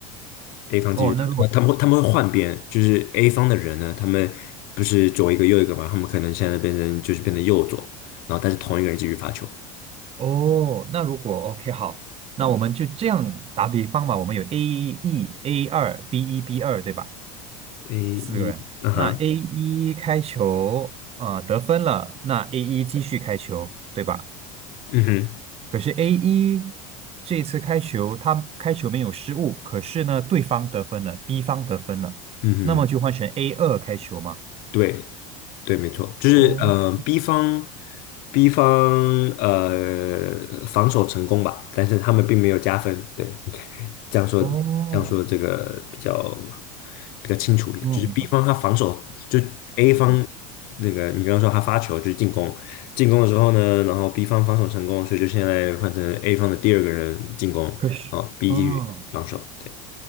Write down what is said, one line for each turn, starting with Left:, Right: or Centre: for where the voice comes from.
Left: ，A 方继续发球，
Right: 哦，那如果。
Left: 那他们会他们会换边，就是 A 方的人呢，他们不是左一个右一个嘛，他们可能现在变成就是变成右左，然后但是同一个人继续发球。
Right: 哦，那如果 OK 好，那我们就这样打比方吧。我们有 A 一、A 二、B 一、B 二，对吧？
Left: A 一，
Right: 四个人。
Left: 嗯哼，
Right: 那 A 一开球，啊，得分了，那 A 一继续开球，对吧？
Left: 嗯哼，
Right: 可是 A 一这一次开球，他开球没有失误，可是呢，对方得分了，B 方得分了，
Left: 嗯哼，
Right: 那么就换成 A 二开球嘛。
Left: 对，对，没错，就是呃，B
Right: 哦
Left: 方 B 方呃防守成功吧，但是他们并没有加分。对，<laughs> 这样说这样说这个比较
Right: 哦，
Left: 比较清楚一点，
Right: 哦，
Left: 就是
Right: 明白，
Left: B 方他防守就 A
Right: 成功。
Left: 方那个你刚刚说他发球就是进攻，进攻的时候呢，然后 B 方防守成功，所以就现在换成 A 方的第二个人进攻，
Right: 可是，
Left: 啊，B
Right: 嗯。
Left: 继续防守。对。